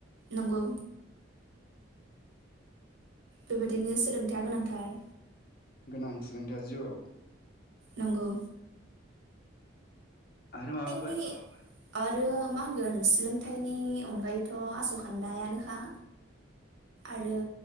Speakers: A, on the right; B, on the left.
A: नंगौ। बेबायदिनो सोलोंथाया गोनांथार।
B: गोनां सोलोंथाया जिवाव।
A: नंगौ
B: आरो माबाफोर?
A: नि आरो मा होनगोन सोलोंथाइनि अनगायैथ' आस'खान्दायानोखा आरो